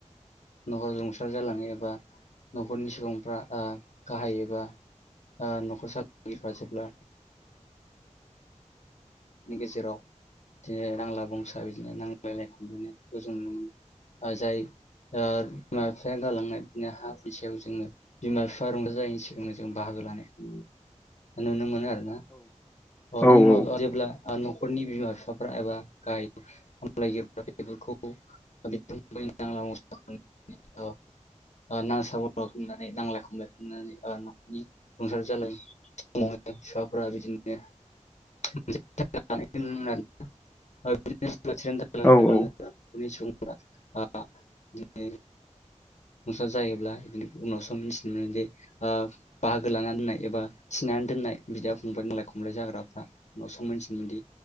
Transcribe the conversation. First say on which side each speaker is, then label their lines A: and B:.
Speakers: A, on the left; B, on the left.
A: न'खराव रुंसार जालाङो एबा न'खरनि सुबुंफ्रा आ गाहायैबा न'खर सालफ्रा जेब्ला गेजेराव बिदिनो नांला बंसा बिदिनो नांलायनायखौ जों नुनो मोनो जाय आ बिमा बिफाया गालांनाय बिनो हा फैसायाव जोङो बिमा बिफा रंजा जायैनि सिगां जों बाहागो लानायखौ नुनो मोनो आरो।
B: औ औ
A: जेब्ला नखरनि बिमा बिफाफ्रा एबा गायामलायगिरिफोरा बेफोरखौ नां <inaudible> <unintelligible> नांसाब खनानै नांलाय खमलाय खनानै न'खरनि संसार जालाय समाव फिाफोरा बिदिनो नुनो मोन बिदिनो <unintelligible>
B: औ
A: <unintelligible> बि नस <unintelligible> जायोब्ला बिदिनो उनावसो मिथिनो मोनोदि बाहागो लाना दोननाय एबा सिनानै दोननाय बिदा फंबबाय नांलाय खमलाय जाग्राफ्रा उनावसो मिथिनोदि